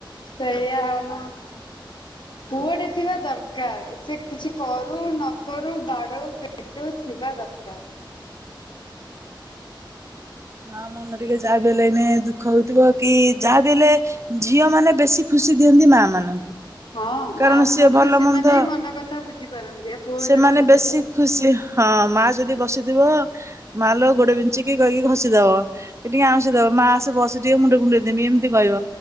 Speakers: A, on the left; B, on the right.
A: ସେଇଆା ଆଉନା। ପୁଅ ଟା ଥିବା ଦରକାର। ସେ କିଛି କରୁ ନ କରୁ ବାଡଉ ପିଟୁ ଥିବା ଦରକାର।
B: ମା ମନ ଟିକେ ଯାହାବି ହେଲେ ଏଇନେ ଦୁଃଖ ହଉଥୁବ କି ଯାହାବି ହେଲେ ଝି ଝିଅ ମାନେ ବେଶୀ ଖୁସି ଦିଅନ୍ତି ମା ମାନଙ୍କୁ।
A: ହଁ ମା ବାପା
B: କାରଣ ସିଏ
A: ମାନଙ୍କୁ
B: ଭଲ
A: ସେମାନେ
B: ମନ୍ଦ
A: ହିଁ ମନ କଥା ବୁଝିପାରନ୍ତି। ଆ, ପୁଅ
B: ସେମାନେ
A: ଏତେ କଣ ବୁଝି
B: ବେଶୀ
A: ପା
B: ଖୁସି ହଁ ମା ଯଦି ବସିଥିବ ମା ଲୋ ଗୋଡ ବିନ୍ଧୁଚୁକି କହିକି ଘଷିଦବ। ସେ ଟିକେ ଆଉଁସି ଦବ ମା ଆସେ ବସି ଟିକେ ମୁଣ୍ଡ କୁଣ୍ଡେଇ ଦେମି ଏମିତି କହିବ।